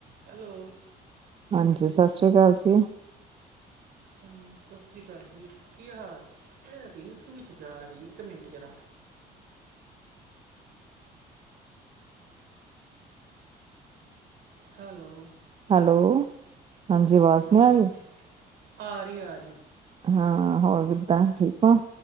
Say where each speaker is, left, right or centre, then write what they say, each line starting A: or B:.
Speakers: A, on the right (about 65°); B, on the right (about 35°).
A: Hello!
B: ਹਾਂਜੀ, ਸਸ਼੍ਰੀ ਕਾਲ ਜੀ।
A: ਹਾਂਜੀ ਸਸ਼੍ਰੀ ਕਾਲ ਜੀ, ਕੀ ਹਾਲ? ਐ ਰਿੰਗ ਕੁ ਵਿੱਚ ਜਾ ਰੀ ਇੱਕ ਮਿੰਟ ਜਰ੍ਹਾਂ। ਹੈਲੋ!
B: ਹੈਲੋ! ਹਾਂਜੀ ਆਵਾਜ਼
A: ਹਾਂਜੀ-ਹਾਂਜੀ,
B: ਨੀ ਆ ਰਹੀ
A: ਆ ਰੀ- ਆ ਰੀ।
B: ਹਾਂ, ਹੋਰ ਕਿਦਾਂ, ਠੀਕ ਓ?